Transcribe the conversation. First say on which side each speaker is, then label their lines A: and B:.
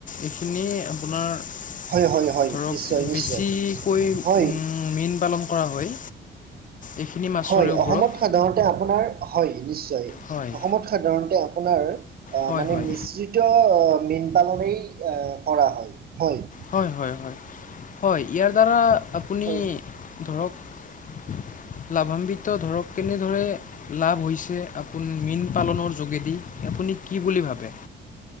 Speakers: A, on the left; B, on the right.
A: এই খিনি আপোনাৰ ধৰক,
B: হয় হয় হয় নিশ্চয় নিশ্চয়
A: বেছিকৈ উম
B: হয়
A: উম, মীন পালন কৰা হয়। এইখিনি মাছৰে
B: হয়,
A: ওপৰত
B: অসমত সাধাৰণ তে আপোনাৰ হয়, নিশ্চয়,
A: হয়
B: অসমত সাধাৰণতে আপোনাৰ
A: হয়
B: মানে
A: হয়
B: মিশ্ৰিত ত মীন পালনেই এ কৰা হয়, হয়।
A: হয় হয়- হয়-হয়, ইয়াৰ দ্বাৰা আপুনি
B: হয়
A: ধৰক লাভান্বিত ধৰক কেনেদৰে লাভ হৈছে আপু, মীন পালনৰ যোগেদি, আপুনি কি বুলি ভাবে।